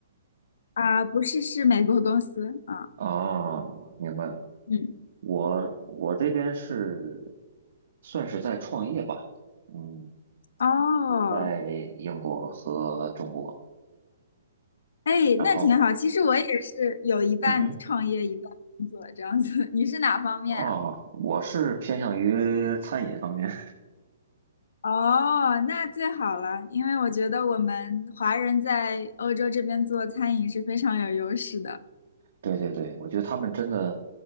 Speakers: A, on the left; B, on the right.
A: 啊，不是，是美国公司啊。
B: 哦，明白了，
A: 嗯，
B: 我我这边是算是在创业吧，嗯，
A: 哦，
B: 在英国和中国，
A: 哎，
B: 然后，
A: 那挺好。其实我也是有一半创业，
B: 嗯哼，
A: 一半工作这样子。<laughs> 你是哪方面啊？
B: 哦，我是偏向于餐饮方面。
A: 哦，那最好了，因为我觉得我们华人在欧洲这边做餐饮是非常有优势的。
B: 对对对，我觉得他们真的，